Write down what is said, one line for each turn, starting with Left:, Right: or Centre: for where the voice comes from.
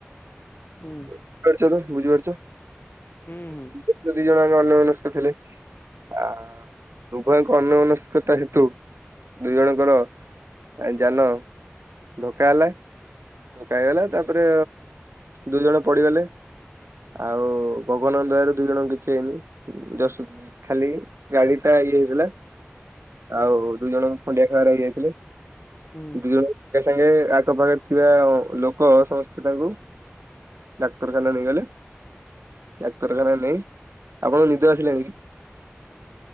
Left: ହୁଁ
Right: ବୁଝିପାରୁଛ ତ ବୁଝିପାରୁଛ।
Left: ହୁଁ
Right: ଯୋଉ ଦିଜଣ ଦୁହେଁ ଅନ୍ୟମନସ୍କ ଥିଲେ। ଆ ଉଭୟଙ୍କ ଅନ୍ୟମନସ୍କତା ହେତୁ ଦୁଇ ଜଣଙ୍କର ଯାନ ଧକ୍କା ହେଲା। ଧକ୍କା ହେଇଗଲା। ତାପରେ ଦୁଇ ଜଣ ପଡିଗଲେ। ଆଉ ଭଗବାନଙ୍କ ଦୟା ରୁ ଦୁଇ ଜଣଙ୍କ କିଛି ହେଇନି। ଜଷ୍ଟ ଖାଲି ଗାଡି ଟା ଇଏ ହେଇଯାଇଥିଲା ଆଉ ଦୁଇ ଜଣ ଖଣ୍ଡିଆ ଖାବାରା ହେଇଯାଇଥିଲେ।
Left: ହୁଁ ହୁଁ
Right: ଦୁଇ ଜଣ କୁ ଏକା ସାଙ୍ଗେ ଆଖପାଖରେ ଥିବା ଲୋକ ସମସ୍ତେ ସେ ତାଙ୍କୁ ଡାକ୍ତରଖାନା ନେଇଗଲେ। ଡ଼ାକ୍ତରଖାନା ନେଇ, ଆପଣଙ୍କୁ ନିଦ ଆସିଲାଣି କି?